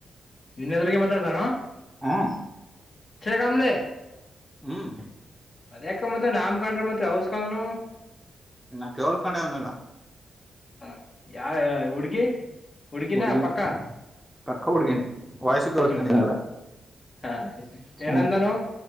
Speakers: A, on the left; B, in the centre.
A: ನಿನ್ನೆಾದ್ರಗ ಮಾತಾಡ್ತಾನೋ
B: ಹ್ಮ್
A: ಇನ್ಸ್ಟಾಗ್ರಾಮ್ಲೆ
B: ಹ್ಮ್
A: ಅದ್ಯಾಕ ಮತ್ತ ನಾಮ್ ಕಂಡ್ರ ಮತ್ರ ಔಸ್ಕನು
B: ಇನ್ನಾ ಕೇಳ್ ಕಣವನಲ್ಲ
A: ಹ ಯಾರ ಹುಡ್ಗಿ ಹುಡ್ಗಿನ
B: ಹುಡ್ಗಿನೇ
A: ಪಕ್ಕ
B: ಪಕ್ಕ
A: ಹ್ಮ್
B: ಹುಡ್ಗಿನೇ ವಾಯ್ಸು ಕೇಳಸ್ಕೊಂಡಿದಲ್ಲ
A: ಹ್ಮ್ ಹಾ
B: ಹ್ಮ್
A: ಏನಂದಾನೋ